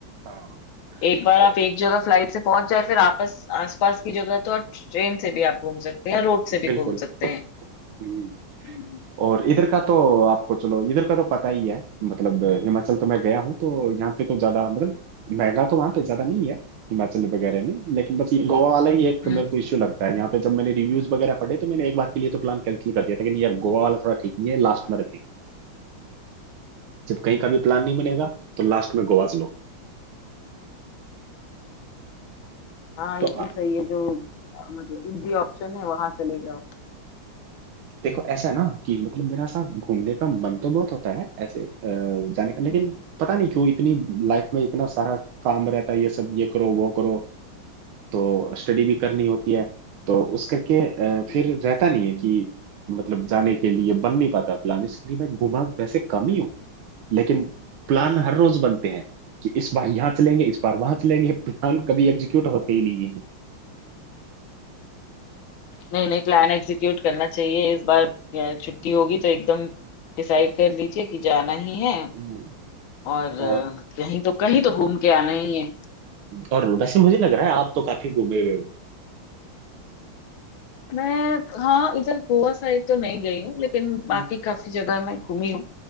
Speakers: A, on the right; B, on the left.
A: हाँ
B: एक बार
A: तो
B: आप एक जगह फ्लाइट से पहुंच जाए फिर आपस आसपास की जगह तो आप ट्रेन से भी आप घूम सकते हैं रोड से भी
A: बिल्कुल
B: घूम सकते हैं
A: हम्म,
B: हम्म
A: और इधर का तो आपको चलो इधर का तो पता ही है मतलब हिमाचल तो मैं गया हूँ तो यहाँ पे तो ज्यादा मतलब महंगा तो वहाँ पे ज्यादा नहीं है हिमाचल वगैरह में लेकिन बस ये गोवा वाला ही एक
B: हम्म
A: मेरे को इश्यू लगता है यहाँ पे जब मैंने रिव्यूज वगैरह पढ़े तो मैंने एक बार के लिए तो प्लान कैंसिल कर दिया था कि नहीं यार गोवा वाला थोड़ा ठीक नहीं है लास्ट में रखेंगे जब कहीं का भी प्लान नहीं बनेगा तो लास्ट में गोवा चलो
B: हाँ
A: तो
B: ये भी सही है जो अ, मतलब इजी ऑप्शन है वहां चले जाओ
A: देखो ऐसा है ना कि मतलब मेरा ऐसा घूमने का मन तो बहुत होता है ऐसे अ, जाने
B: हम्म।
A: का लेकिन पता नहीं क्यों इतनी लाइफ में इतना सारा काम रहता है ये सब ये करो वो करो तो स्टडी भी करनी होती है तो उस करके अ,
B: हम्म,
A: फिर रहता नहीं है कि मतलब जाने के लिए बन नहीं पाता प्लान इसलिए मैं घुमा वैसे कम ही हूँ लेकिन प्लान
B: हम्म।
A: हर रोज बनते हैं कि इस बार यहाँ चलेंगे इस बार वहां चलेंगे प्लान कभी एग्जीक्यूट होते ही नहीं है
B: नहीं नहीं प्लान एग्जीक्यूट करना चाहिए इस बार अ, छुट्टी होगी तो एकदम डिसाइड कर लीजिए कि जाना ही है
A: हम्म,
B: और
A: और
B: अ, कहीं तो कहीं तो घूम के आना ही है
A: और वैसे मुझे लग रहा है आप तो काफी घूमे हुए हो
B: मैं हाँ इधर गोवा साइड तो नहीं गई हूँ लेकिन बाकी
A: आप
B: काफी जगह मैं घूमी हूँ